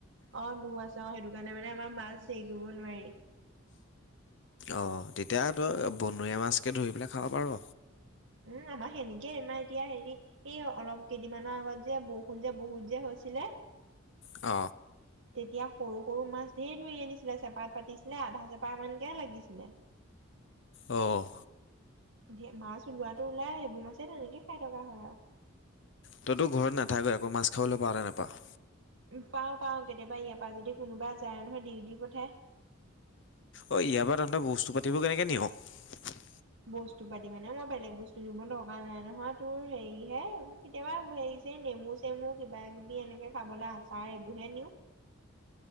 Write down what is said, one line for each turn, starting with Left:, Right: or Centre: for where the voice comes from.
Right: অ লো আছে অ সেইটো কাৰণে মানে আমাৰ মাছ দেই কৰিব নোৱাৰি।
Left: অ তেতিয়া তই বনৰীয়া মাছকে ধৰি পেলাই খাব পাৰ।
Right: উম আমাৰ সেনেকেইমাৰ এতিয়া হেৰি এই অলপ কেইদিনমানৰ আগত যে বৰষুণ যে বহুত যে হৈছিলে
Left: অ
Right: যেতিয়া সৰু সৰু মাছ ধেৰ ধৰি আনিছিলে চেপাত পাতিছিলে আধা চেপা মানকে লাগিছিলে।
Left: অহ
Right: ধে মাছ ওলোৱাাতটো ওলাই সেইবোৰ মাছেই তেনেকে খাই থকা হয় আৱ
Left: তইতো ঘৰত নাথাকৈ আকৌ মাছ খাবলৈ পাৱনে নাপাৱ
Right: উ পাও পাও কেতিয়াবা ইয়াৰ পৰা যদি কোনোবা যায় নহয় দি দিপথাই
Left: অ ইয়াৰ পৰা তহঁতে বস্তু পাতিবোৰ কেনেকে নিয়?
Right: বস্তু পাতি মানে মই বেলেগ বস্তু নিব দৰকাৰ নাই নহয় তোৰ হেৰিহে কেতিয়াবা হেৰি নেমু চেমু কিবা কিবি এনেকে খাবলৈ আচাৰ এইবোৰহে নিওঁ